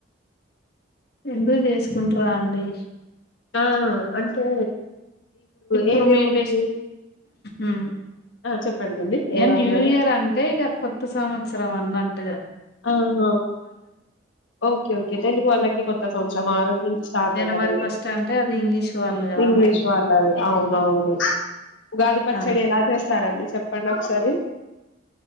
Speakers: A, on the left; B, on the left.
A: ఎందుకు జేసుకుంటర అండి
B: ఆ అంటే
A: ఇప్పుడు
B: ఏ దేవుడికి
A: మీ పె ఉ
B: ఆ చెప్పండిండి ఏదో
A: ఇ న్యూ
B: అన్నారు
A: ఇయర్ అంటే ఇక కొత్త సంవత్సరం అన్నట్టు
B: ఆహ ఓకే ఓకే తెలుగు వాళ్ళ కొత్త కొంచం ఆ రోజు నుంచి స్టార్ట్
A: జనవరి
B: అవుతది
A: ఫస్ట్ అంటే అది ఇంగ్లీష్ వాళ్ళు కదా
B: ఇంగ్లీష్
A: మేడం
B: వాళ్ళది అవున అవును ఉగాది పచ్చడి
A: అలా
B: ఎలా చేస్తారండి చెప్ పండక్సరి